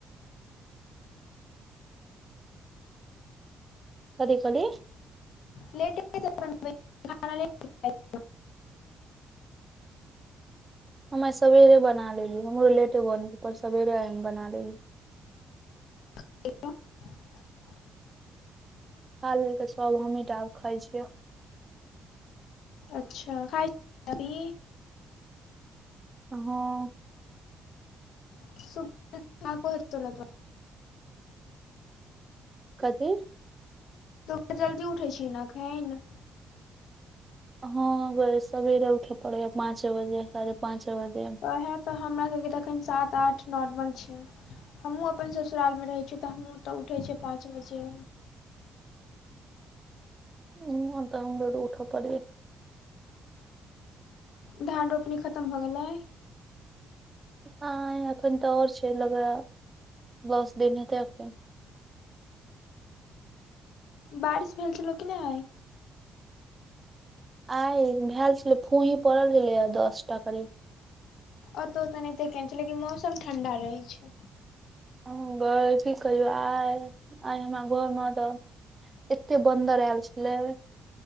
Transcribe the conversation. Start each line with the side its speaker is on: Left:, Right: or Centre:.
Right: कथी कहलियै।
Left: लेटे से <inaudible> खाना लेट के खाई छियै।
Right: हम आइ सवेरे बना लेलीय, हमरो लेटे बने पर सवेरे आय बना लेलीयऽ।
Left: एक <inaudible>
Right: खा लेलके सब, हमही टा आब खाइ छियै।
Left: अच्छा! खाय छी अभी।
Right: हँ।
Left: <inaudible>
Right: कथी।
Left: तुह जल्दी उठै छीही नऽ एखन।
Right: हँ गई सबेरे उठे पड़ै याऽ, पाँचे बजे साढ़े पाँचे बजे।
Left: ओहे तऽ हमरा सबके तऽ अखन सात आठ नॉर्मल छै। हमहूँ अपन ससुराल मे रहै छीयै, तऽ हमूँ तऽ ओतऽ उठे छियै पाँच बजे।
Right: ह तऽ हमरो उठऽ पड़ैया।
Left: धान रोपनी खतम भऽ गेलै।
Right: ह एखन तऽ ओर छै लगेया दस दिन हेतै एखन।
Left: बारिश भेल छलो कि नै?
Right: आइ भेल छलै फूही पड़ल छलै हऽ दस टा करिब।
Left: ओतौ तऽ एनहिते केने छै लेकिन मौसम ठंडा रहै छै।
Right: हम गई की कहियो आइ, आइ हमरा घर मे तऽ। एते बन्दर एल छलै।